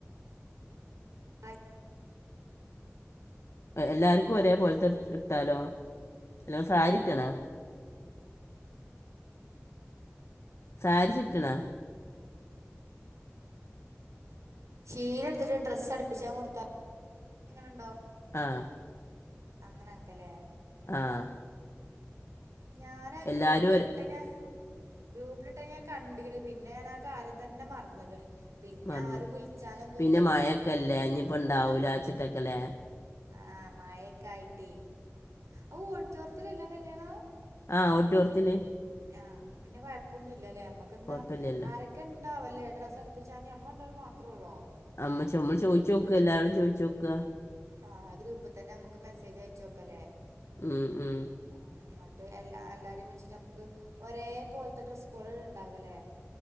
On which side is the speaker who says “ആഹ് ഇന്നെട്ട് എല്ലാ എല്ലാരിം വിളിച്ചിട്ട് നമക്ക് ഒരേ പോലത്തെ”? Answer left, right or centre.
Right